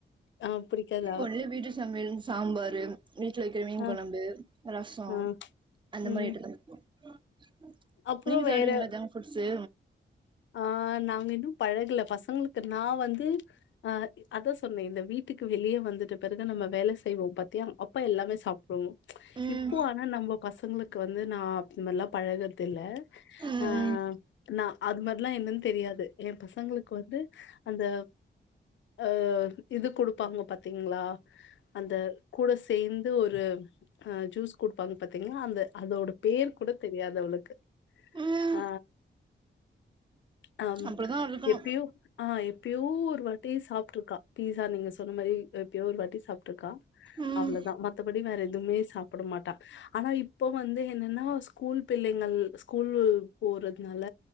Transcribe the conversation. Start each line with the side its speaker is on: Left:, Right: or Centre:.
Left: ஆ புடிக்காதா?
Right: ஒன்லி வீட்டு சமையல் சாம்பாரு வீட்ல வெக்கற மீன்
Left: ஆ
Right: கொழம்பு ரசோ
Left: ஆ
Right: அந்த
Left: ம்
Right: மாரி ஐட்டம் தா பிடிக்கு
Left: அப்றோ
Right: நீங்க சாப்டுவீங்களா
Left: வேற
Right: ஜங்க் ஃபுட்ஸு
Left: ஆ நாங்க இன்னு பழகல பசங்களுக்கு நா வந்து அ அதா சொன்னே இந்த வீட்டுக்கு வெளிய வந்துட்டு பிறகு நம்ம வேல செய்வோ பத் தியா அப்ப எல்லாமே சாப்டுவோ
Right: ம்
Left: இப்போ ஆனா நம்ப பசங்களுக் கு வந்து நா இந்த மாரி லா பழகறதில்ல
Right: ம் ம்
Left: அ நா அது மாரிலா என்னன் தெரியாது எ பசங்களுக்கு வந்து அந்த அ இது குடுப்பாங்க பாத்தீங்களா அந்த கூட சேந்து ஒரு அ ஜூஸ் குடுப்பாங்க பாத்தீங்களா அந்த அதோட பேர் கூட தெரியாது அவளுக்கு
Right: ம்
Left: ஆ அம்
Right: அப்டிதா இருக்கணு
Left: எப்பயோ ஆ எப்பயோ ஒரு வாட்டி சாப்ட்டுருக்கா பீஸா நீங்க சொன்ன மாரி எப்போயோ ஒரு வாட்டி சாப்ட்டுருக்கா
Right: ம்
Left: அவ்வளதா மத்தபடி வேற எதுமே சாப்ட மாட்டா ஆனா இப்ப வந்து என்னன்னா ஸ்கூல் பிள்ளைங்கள் ஸ்கூல்லு போறதுனால